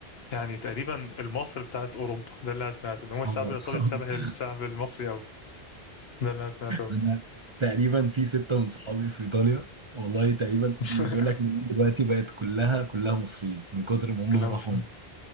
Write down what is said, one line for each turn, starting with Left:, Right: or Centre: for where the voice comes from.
Left: يعني تقريبا المصر بتاعت اوروبا ده اللي انا سمعته ان هو الشعب
Right: اه
Left: الايطالي
Right: <laughs>
Left: شبه الشعب المصري قوي ده اللي انا سمعته قوي
Right: انا تقريبا في ستة من صحابي في ايطاليا والله تقريبا
Left: <laughs>
Right: بيقول لك إن دلوقتي بقت كلها كلها مصريين من كتر ما هم
Left: لا
Right: راحوا
Left: مصري
Right: هنا.